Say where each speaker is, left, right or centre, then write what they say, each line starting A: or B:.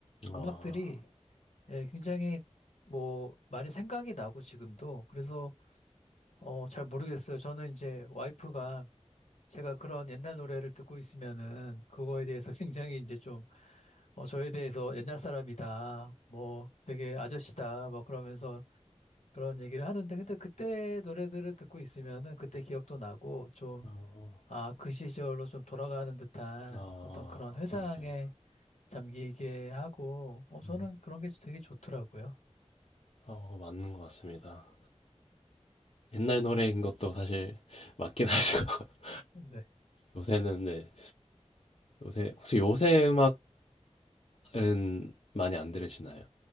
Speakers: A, on the left; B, on the left.
A: 아,
B: 음악들이 예, 굉장히 뭐 많이 생각이 나고 지금도 그래서 어, 잘 모르겠어요. 저는 이제 와이프가 제가 그런 옛날 노래를 듣고 있으면은 그거에 대해서 굉장히 이제 좀 어, 저에 대해서 옛날 사람이다, 뭐 되게 아저씨다, 뭐 그러면서 그런 얘기를 하는데 근데 그때 노래들을 듣고 있으면은 그때 기억도 나고 좀
A: 어,
B: 아, 그 시절로 좀 돌아가는 듯한
A: 아,
B: 어떤 그런 회상에
A: 맞아요.
B: 잠기게 하고 어, 저는
A: 아,
B: 그런 게 되게 좋더라고요.
A: 어, 맞는 것 같습니다. 옛날 노래인 것도 사실 <laughs> 맞긴 하죠. <laughs>
B: 네.
A: 요새는 네. 요새 혹시 요새 음악은 많이 안 들으시나요?